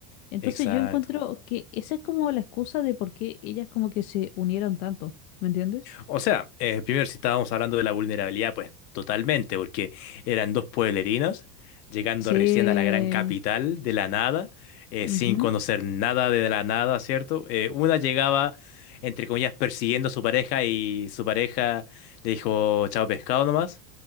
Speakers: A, on the left; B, on the left.
A: Entonces
B: exacto.
A: yo encuentro que esa es como la excusa de por qué ellas como que se unieron tanto, ¿me entiendes?
B: O sea, eh, primero, si estábamos hablando de la vulnerabilidad, pues totalmente, porque eran dos pueblerinos llegando
A: Sí.
B: recién a la gran capital de la nada, eh,
A: Ujú.
B: sin conocer nada de la nada, ¿cierto? Eh, una llegaba, entre comillas, persiguiendo a su pareja y su pareja le dijo chao pescado nomás.